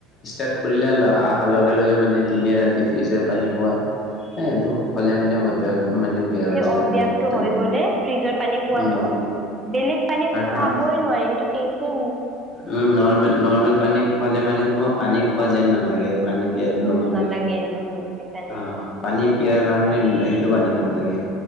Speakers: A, on the left; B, on the right.
A: ষ্টাৰ্ট কৰিলে অহাৰ লগে লগে মানে দিনে ৰাতি ফ্ৰিজৰ পানী খোৱা এ সেইটো হলে মানে অভ্যাসটো মানে বেয়া
B: বেছি
A: হৈ যায়
B: অভ্যাসটো
A: মানে একদম
B: হৈ গ'লে ফ্ৰিজৰ পানী খোৱাাটো,
A: উম
B: বেলেগ পানী
A: আৰু
B: খোৱাবই
A: ধৰা
B: নোৱাৰি সেইটো টেছো
A: উম নৰ্মেল -নৰ্মেল পানী খোৱালে মানে তোমাক পানী খোৱা যেন নালাগে। পানী পিয়াটো
B: উম,
A: নমৰে।
B: নালাগে উম। সেইকাৰণে।
A: অ পানী পিয়াৰ কাৰণে সেইটো পানী খাব লাগে